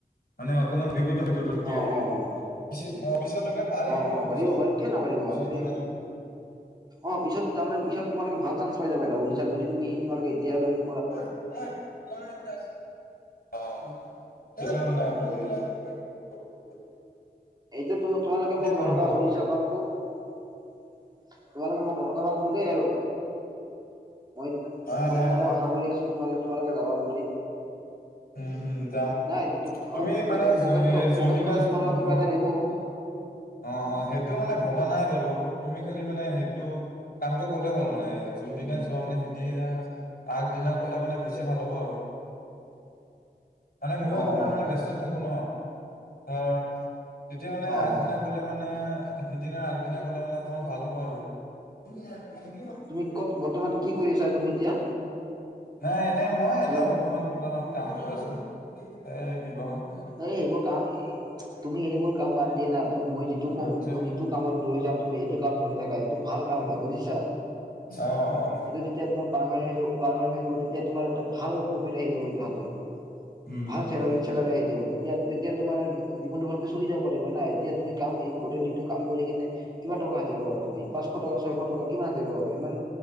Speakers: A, on the left (about 65°); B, on the right (about 25°).
A: মানে অকমান বেগত <unintelligible>
B: অ অ অ
A: পিছলৈকে পাৰিম
B: অ
A: আৰু
B: অ পাৰিব
A: পিছত।
B: পাৰিব কিয় নাপাৰিব
A: পিছত
B: আপুনি
A: মানে অ',
B: অ, পিছত তাৰমানে, পিছত তোমালোকে ভাল চাঞ্চ পাই যাবা দাউৰিছা যদি, তুমি তোমালোকে এতিয়ালৈ
A: <inaudible> অ <unintelligible>
B: এইটো তুম তোমালোকে মোক নঠগাবা‌
A: বাৰু অ',
B: <unintelligible> তোমালোকে মোক নঠকাবা কিন্তু দেই আৰু! মই,
A: নাই
B: মই
A: নাই
B: তোমালোকক
A: নাই
B: আশা কৰি আছোঁ তোমালোক তোমালোকে যাবা বুলি।
A: উম, উম, যাম।
B: নাই,
A: তুমি
B: অ পকেট
A: মানে
B: খ পকেট
A: জো- এ,
B: খ পকেট
A: যোনদিনা
B: খৰচ তোমালোকক
A: অ',
B: কিবা এটা দিব।
A: অ, অ, সেইটো মানে ভবা নাই বাৰু, তুমি খালি মানে সেইটো কামটো ক'লেই হ'ল মানে, জোনদিনা যোৱা মানে সিদিনা আগদিনা ক'লে মানে বেছি ভাল হ'ব আৰু। মানে ময়ো
B: অ
A: অকমান
B: অ
A: মানে
B: অ
A: ব্যস্তত থাকোঁ ন? ধৰ, তেতিয়া মানে
B: অ
A: আগদিনা
B: অ
A: ক'লে মানে সিদিনা আগদিনা ক'লে মানে অকমান ভাল হ'ব আৰু। <inaudible>
B: তুমি ক'ত বৰ্তমান কি কৰি আছা তুমি এতিয়া
A: নাই এনে মই, এনে
B: হেল্ল'
A: বৰ্তমান কিবাহত কাম কৰি আছিলোঁ, এ কিবাহত
B: এ এইবোৰ কাম এ তুমি সেইবোৰ কাম বাদ দিয়া না, তুমি মই যিটো কম
A: অফিচত
B: যিটো কামত লৈ যাম, তুমি এইটো কামত ধৰি থাকা। এইটো ভাল কাম এটা বুজিছা!
A: অ', অ',
B: এইটো যেতিয়া তোমাক পাৰ্মানেণ্ট হৈ যাব, পাৰ্মানেণ্ট হৈ যাব তেতিয়া তোমাৰ এটা ভাল প্ৰুফিট আহি যাব এতিয়া হাতত,
A: উম,
B: ভাল
A: উম।
B: চেলাৰী, চেলাৰী আহি যাব। তেতিয়া, তেতিয়া তোমাৰ জী জীৱনটো ভালকৈ চলি যাব পাৰিব না! এতিয়া তুমি কাম ই গোটেই দিনটো কাম কৰি কেনে কিমান টকা হাজিৰা পাবা তুমি? পাঁচশ টকা, ছয়শ টকা কিমান হাজিৰা পাবা! ইমান